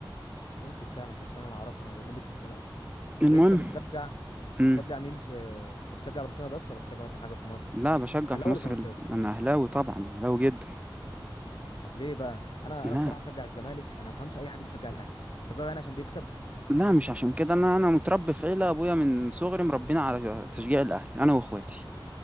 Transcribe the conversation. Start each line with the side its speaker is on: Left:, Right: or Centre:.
Left: ممكن فعلا بس انا ما اعرفش انا بميل لكريستيانو اكتر
Right: المهم
Left: طب انت بتشجع
Right: مم.
Left: بتشجع مين في انت بتشجع برشلونة بس ولا بتشجع مثلا حاجة في مصر
Right: لا بشجع
Left: اهلاوي
Right: في مصر
Left: ولا زملكاوي
Right: ال- انا اهلاوي طبعا اهلاوي جدا
Left: طب ليه بقى انا
Right: لا
Left: انا بصراحة بشجع الزمالك انا ما بفهمش اي حد بيشجع الاهلي بتشجعه يعني عشان بيكسب
Right: لا مش عشان كده انا انا متربي في عيله ابويا من صغري مربينا على تشجيع الاهلي انا واخواتي